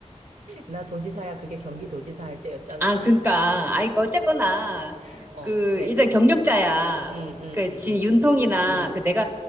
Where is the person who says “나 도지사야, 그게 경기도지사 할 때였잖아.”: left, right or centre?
Right